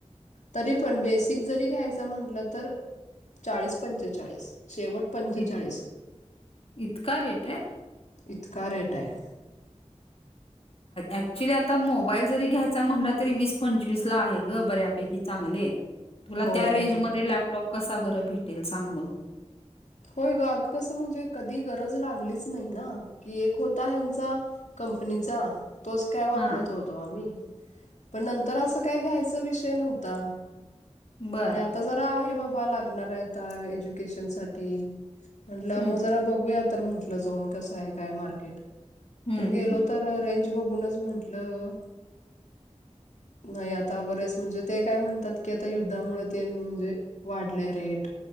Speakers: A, on the left; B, on the left.
A: तरी पण बेसिक जरी घ्यायचं म्हटलं तर चाळीस पंचेचाळीसच शेवट पंचाच्या.
B: इत इतका रेट आहे.
A: ईतका रेट आहे.
B: ऍक्च्युली आता मोबाईल जरी घ्यायचा म्हणल, तरी वीस पंचवीस ला आहे ग बऱ्यापैकी चांगले. तुला
A: होय
B: त्या रेंज
A: होय
B: मध्ये लॅपटॉप कसा बरं भेटेल सांग मग?
A: होय ग अग कसं म्हणजे? कधी गरज लागलीच नाही ना की एक होता ह्यांचा कंपनीचा. तोच काय
B: हा
A: वापरत होतो आम्ही. पण नंतर असं काय घ्यायचा विषय नव्हता.
B: बर
A: आणि आता जरा आहे बाबा लागणार आता एज्युकेशन साठी. म्हंटलं
B: हम्म
A: मग जरा बघूया तर म्हंटलं जाऊन कसं आहे काय मार्केट?
B: हम्म
A: तर गेलो
B: हम्म
A: तर रेंज बघूनच म्हंटलं नाही आता बरेच म्हणजे ते काय म्हणतात की आता युद्धामुळे ते न म्हणजे वाढले रेट